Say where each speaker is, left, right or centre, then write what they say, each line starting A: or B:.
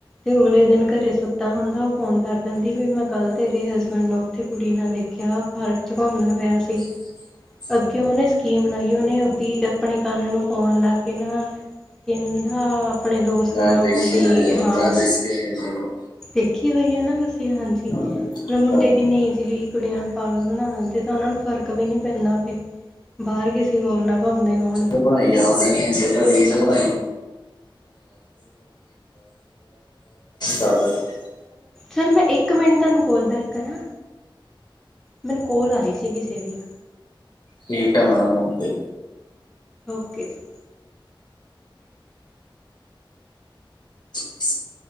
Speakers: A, in the centre; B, on the left.
A: ਅਗਲੇ ਦਿਨ ਘਰੇ ਸੁੱਤਾ ਹੁੰਦਾ ਉਹ ਫੋਨ ਕਰ ਦਿੰਦੀ ਵੀ ਮੈਂ ਕੱਲ ਤੇਰੇ ਹਸਬੈਂਡ ਨੂੰ ਉਥੇ ਕੁੜੀ ਨਾਲ ਵੇਖਿਆ, ਪਾਰਕ ਚ ਘੁੰਮਦਾ ਪਿਆ ਸੀ।
B: ਹ <unintelligible>
A: ਅੱਗੇ ਉਹ <unintelligible> ਨੇ ਸਕੀਮ ਬਣਾਈ ਉਹਨੇ ਉਹਦੀ ਆਪਣੇ ਕੰਨ ਨੂੰ ਫੋਨ ਲਾ ਕੇ ਨਾ, ਕਹਿੰਦਾ ਆਪਣੇ ਦੋਸਤ
B: ਮੈਂ
A: ਨਾਲ
B: ਦੇਖੀ
A: ਉਹ ਵੀ
B: ਹੋਈ ਆ
A: ਹਾਂ
B: ਮੈਂ ਦੇਖਿਆ ਕੇ
A: ਦੇਖੀ ਹੋਈ ਆ ਨਾ ਤੁਸੀਂ ਹਾਂਜੀ,
B: ਹਮ
A: ਮੁੰਡੇ
B: ਹਾਂ
A: ਕਿੰਨੀ ਇਜਲੀ ਕੁੜੀਆਂ ਨੂੰ ਪਾਗਲ ਬਣਾ ਦਿੰਦੇ, ਤਾਂ ਉਹਨਾ ਨੂੰ ਫਰਕ ਵੀ ਨੀ ਪੈਂਦਾ ਫਿਰ, ਬਾਹਰ ਕਿਸੇ ਹੋਰ ਨਾ ਘੁੰਮਦੇ ਹੋ।
B: ਬਣਾਈ ਜਾਣ ਦੇ ਉਹਨੂੰ <unintelligible> <unintelligible>
A: ਸਰ ਮੈਂ ਇੱਕ ਮਿੰਟ ਤੁਹਾਨੂੰ ਕੋਲ ਬੈਕ ਕਰਾਂ। ਮੈਨੂੰ ਕੋਲ ਆ ਰਹੀ ਸੀ ਕਿਸੇ ਦੀ।
B: ਠੀਕ ਹੈ ਮੈਡਮ ਓਕੇ।
A: ਓਕੇ ਜੀ।
B: ਅ <unintelligible> <unintelligible>